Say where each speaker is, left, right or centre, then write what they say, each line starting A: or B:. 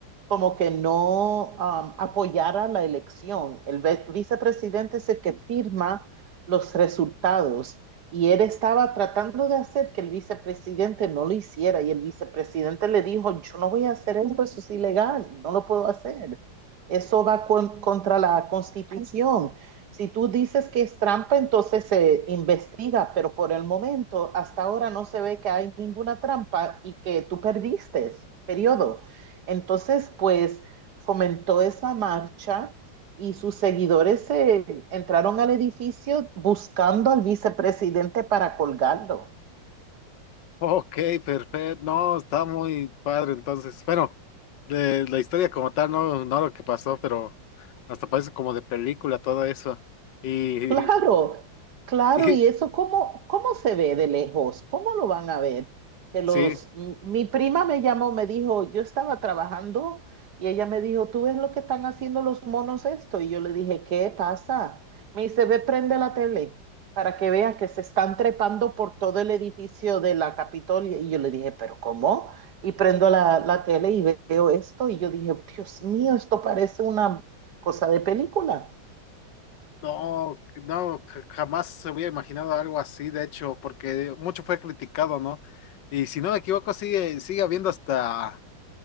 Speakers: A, on the right (about 60°); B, on the left (about 70°).
A: como que no um, apoyara la elección. El vice vicepresidente es el que firma los resultados y él estaba tratando de hacer que el vicepresidente no lo hiciera y el vicepresidente le dijo, yo no voy a hacer eso, eso es ilegal, no lo puedo hacer. Eso va con, contra la constitución. Si tú dices que es trampa, entonces se investiga, pero por el momento, hasta ahora no se ve que hay ninguna trampa y que tú perdiste, periodo. Entonces, pues fomentó esa marcha y sus seguidores se entraron al edificio buscando al vicepresidente para colgarlo.
B: Ok, perfecto. No, está muy padre. Entonces, bueno, de la historia como tal, no, no lo que pasó, pero hasta parece como de película todo eso. Y,
A: Claro, claro,
B: <laughs>
A: y
B: y
A: eso, ¿cómo, cómo se ve de lejos? ¿Cómo lo van a ver? Que los,
B: sí.
A: m- mi prima me llamó, me dijo, yo estaba trabajando y ella me dijo, ¿tú ves lo que están haciendo los monos esto? Y yo le dije, ¿qué pasa? Me dice, ve, prende la tele para que veas que se están trepando por todo el edificio de la Capitolia. Y yo le dije, ¿pero cómo? Y prendo la, la tele y veo esto y yo dije, Dios mío, esto parece una cosa de película.
B: No, no, ja- jamás se hubiera imaginado algo así, de hecho, porque mucho fue criticado, ¿no? Y si no me equivoco, sigue, sigue habiendo hasta